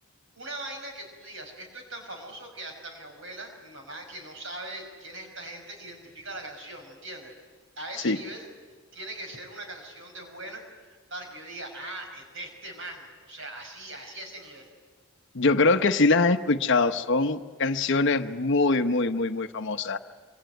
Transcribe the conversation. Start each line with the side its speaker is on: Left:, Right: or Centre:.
Right: una vaina que tú digas, esto es tan famoso que hasta mi abuela, mi mamá, que no sabe quién es esta gente, identifica la canción, ¿me entiendes? A ese
Left: Sí,
Right: nivel tiene que ser una canción de buena para que yo diga, ah, es de este man, o sea, así, así a ese nivel.
Left: yo creo que sí las he escuchado. Son canciones muy, muy, muy, muy famosas.